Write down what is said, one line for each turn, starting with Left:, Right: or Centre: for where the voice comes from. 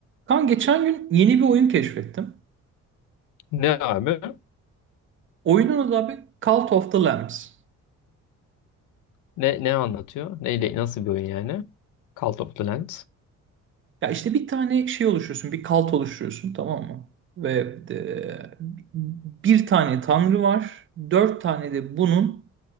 Right: Kan geçen gün yeni bir oyun keşfettim.
Left: Ne abi?
Right: Oyunun adı abi Cult of the Lambs.
Left: Ne, ne anlatıyor? Neyle, nasıl bir oyun yani? Cult of the Land.
Right: Ya işte bir tane şey oluşturuyorsun, bir kalt oluşturuyorsun tamam mı? Ve e, bir tane tanrı var, dört tane de bunun,